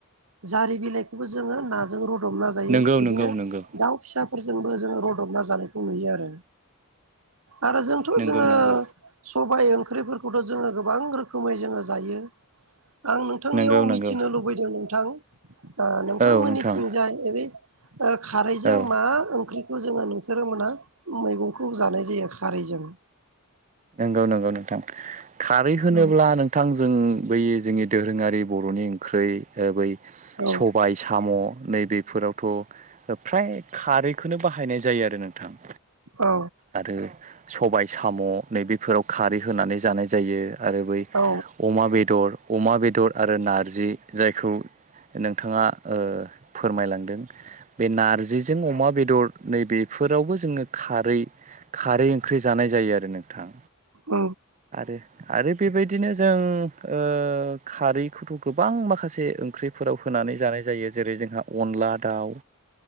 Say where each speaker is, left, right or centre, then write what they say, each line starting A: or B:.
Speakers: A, on the right (about 80°); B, on the right (about 35°).
A: जारि बिलाइ खौबो जोङो नाजों रुदबना जायो
B: नंगौ
A: बिदिनो
B: नंगौ नंगौ
A: दाउ फिसा फोरजोंबो जोङो रदबना जानायखौ नुयो आरो। आरो जोंथ'
B: नंगौ
A: जोङो
B: नंगौ
A: सबाय ओंख्रिफोरखौथ' जोङो गोबां रो खोमै जोङो जायो। आं नोंथांनियाव
B: नंगौ नंगौ
A: मिथिनो लुबैदों नोंथां ओ नोंथांमोननिथिंजाय
B: औ नोंथां
A: ओ बे ओ खारैजों
B: औ
A: मा ओंख्रिखौ जोङो नोंसोरो मोना मैगं खौ जानाय जायो खारैजों?
B: नोंगौ नोंगौ नोंथां। खारै होनोब्ला
A: औ
B: नोंथां जों बै जोंनि दोरोङारि बर'नि ओंख्रै ओ बै
A: औ
B: सबाय साम' नैबेफोराव थ' ओ फ्राय खारैखोनो बाहायनाय जायो आरो नोंथां।
A: औ
B: आरो सबाय साम' नैबेफोराव खारै होनानै जानाय जायो। आरो बै
A: औ
B: अमा बेदर अमा बे दर आरो नारजि जायखौ नोंथाङा ओ फोरमायलांदों। बे नारजिजों अमा बेदर नै बेफोरावबो जोङो खारै खारै ओंख्रि जानाय जायो आरो नों थां
A: औ
B: आरो आरो बेबायदिनो जों ओ खारैखौथ' गोबां माखासे ओंख्रिफोराव हो नानै जानाय जायो जेरै जोंहा अनला दाउ